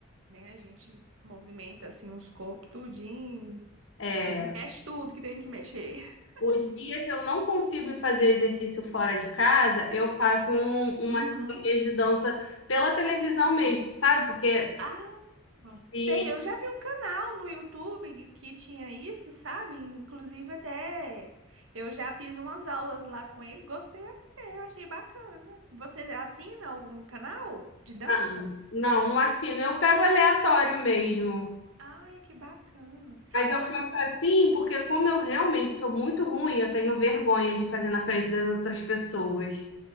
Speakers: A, on the right; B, on the left.
A: né? A gente movimenta assim os corpos tudinho,
B: É,
A: mexe tudo que tem que mexer. <laughs>
B: o dia que eu não consigo ir fazer exercício fora de casa, eu faço um, uma
A: Uhum.
B: academia de dança pela televisão mesmo,
A: Sei.
B: sabe? Porque
A: Ah,
B: se-
A: sei, eu já vi um canal no YouTube que que tinha isso, sabe? Inclusive até eu já fiz umas aulas lá com ele, gostei até, achei bacana. Você assina algum canal de dança?
B: não, não, não assino. Eu pego aleatório mesmo.
A: Ai, que bacana.
B: Mas eu
A: Ah.
B: faço assim porque como eu realmente sou muito ruim, eu tenho vergonha de fazer na frente das outras pessoas.